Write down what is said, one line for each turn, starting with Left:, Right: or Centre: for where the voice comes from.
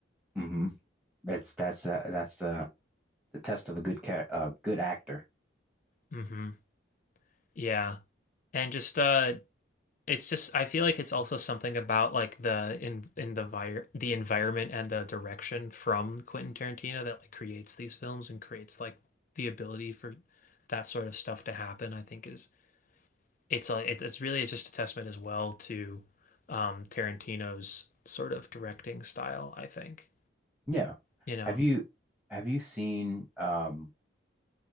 Centre: hmm That's that's uh, that's uh, the test of a good cat, uh, good actor.
Left: hmm Yeah, and just uh it's just I feel like it's also something about like the in in the vir the environment and the direction from Quentin Tarantino that like creates these films and creates like the ability for that sort of stuff to happen. I think is it's a, it, it's really it's just a testament as well to um Tarantino's sort of directing style, I think.
Centre: Yeah.
Left: You know.
Centre: Have you have you seen um